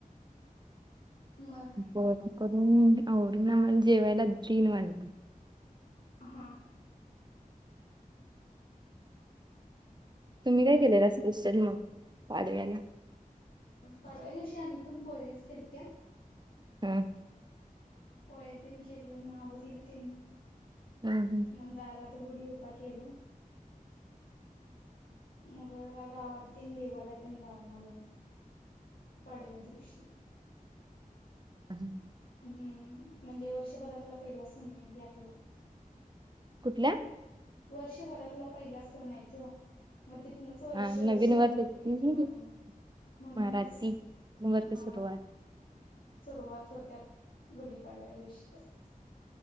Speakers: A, on the left; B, on the right.
A: मग?
B: पोळ्या करून, आवरून आम्हाला जेवायला तीन वाजले.
A: हां.
B: तुम्ही
A: हम्म
B: काय केलेलं अस असल मग पाडव्याला?
A: पाडव्या दिवशी आम्ही पण पोळ्याच केलत्या.
B: हम्म.
A: पोळ्या तेन केलं मग आवरल तेन.
B: हम्म हम्म.
A: मग दारात गुढी उभा केलं. मग जरा गावात तेन देवाला तेन जाऊन आलो पाडव्या दिवशी.
B: <inaudible>
A: हम्म म्हणजे वर्षभरातला पहिला सणय ही आपला.
B: कुठला?
A: वर्षभरातला पहिला सणय त्यो. मग तिथनच वर्ष
B: हा नवीन
A: सुरु
B: वर्षाची
A: होतय हां. म्हणूनच
B: मराठी वर्ष
A: हा.
B: सुरुवात
A: सुरुवात होत्यात गुडीपाडव्या दिवशीपासून.